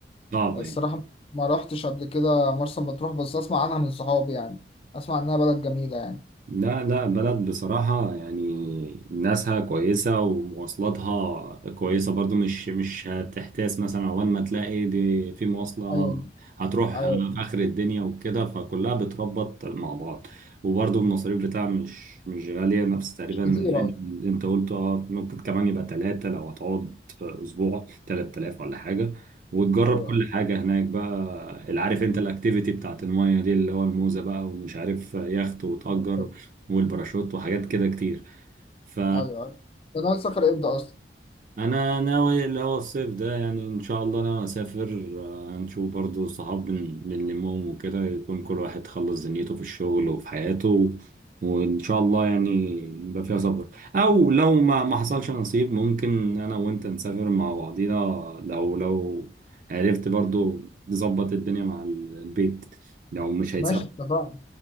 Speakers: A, on the right; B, on the left.
A: صعبة
B: الصراحة
A: يعني
B: ما رحتش قبل كده مرسى مطروح بس اسمع عنها من صحابي يعني اسمع انها بلد جميلة يعني
A: لا لا بلد بصراحة يعني ناسها كويسة ومواصلاتها كويسة برضو مش مش هتحتاس مثلا أول ما تلاقي دي في مواصلة
B: ايوه
A: هتروح
B: ايوه
A: في آخر الدنيا وكده فكلها بتربط مع بعض وبرضو المصاريف بتاعها مش مش غالية نفس تقريبا
B: مش كتير
A: الرينج
B: ايوه
A: اللي أنت قلته اه ممكن كمان يبقى تلاتة لو هتقعد أسبوع تلات آلاف ولا حاجة وتجرب
B: ايوه
A: كل حاجة هناك بقى اللي عارف انت الاكتيفيتي بتاعت المايه دي اللي هو الموزة بقى ومش عارف يخت وتأجر
B: ايوه
A: والباراشوت وحاجات كده كتير ف
B: أيوة. انت ناوي تسافر امتى اصلا؟
A: انا ناوي اللي هو الصيف ده يعني ان شاء الله انا اسافر آه، هنشوف برضو صحاب بن- بنلمهم وكده يكون كل واحد خلص دنيته في الشغل وفي حياته و... وان شاء الله يعني يبقى فيها سفر او لو ما ما حصلش نصيب ممكن انا وانت نسافر مع بعضينا لو لو عرفت برضو تظبط الدنيا مع البيت لو مش هيتسافر
B: ماشي اتفقنا